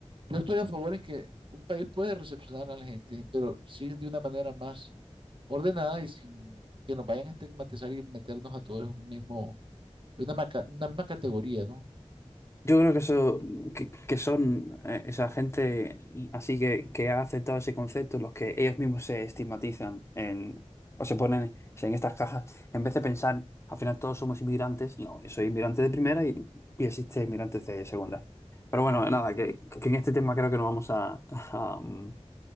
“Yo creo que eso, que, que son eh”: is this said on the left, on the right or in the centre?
Left